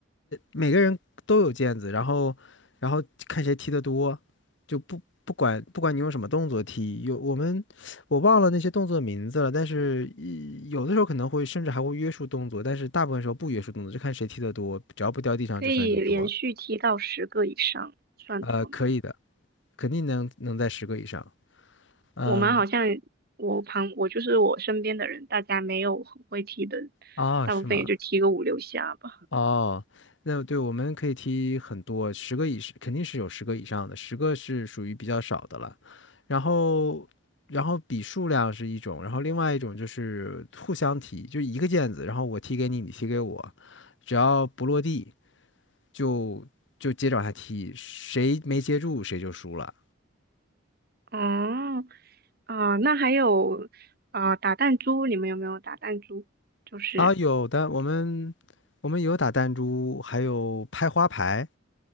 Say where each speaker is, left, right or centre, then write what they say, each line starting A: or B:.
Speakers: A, on the left; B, on the right.
A: 每个人都有毽子，然后然后看谁踢得多，就不不管不管你用什么动作踢，有我们我忘了那些动作的名字了，但是一有的时候可能会甚至还会约束动作，但是大部分时候不约束动作，就看谁踢得多，只要不掉地上就算你多。
B: 可以连续踢到十个以上算多吗？
A: 呃，可以的，肯定能能在十个以上。嗯，
B: 我们好像我旁我就是我身边的人，大家没有很会踢的，
A: 啊，
B: 大部分也就踢个五六下吧。
A: 是吗？哦，那对，我们可以踢很多，十个以上肯定是有十个以上的，十个是属于比较少的了。然后，然后比数量是一种，然后另外一种就是互相踢，就一个毽子，然后我踢给你，你踢给我，只要不落地就就接着往下踢，谁没接住谁就输了。
B: 哦，啊、那还有啊、打弹珠，你们有没有打弹珠？就是
A: 啊，有的，我们我们有打弹珠，还有拍花牌，